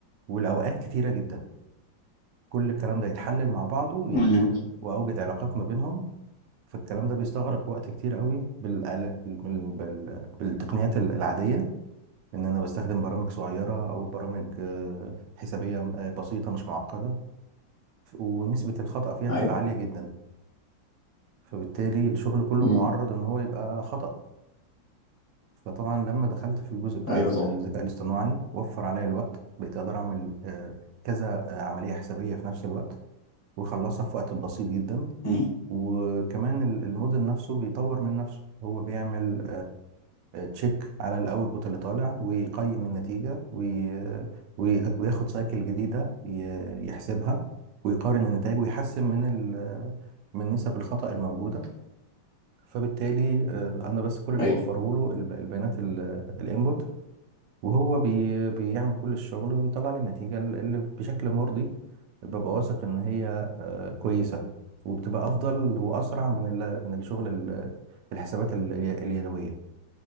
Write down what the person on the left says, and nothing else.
امم
ايوه
ايوه
امم
ايوه
طبعا
امم
ايوه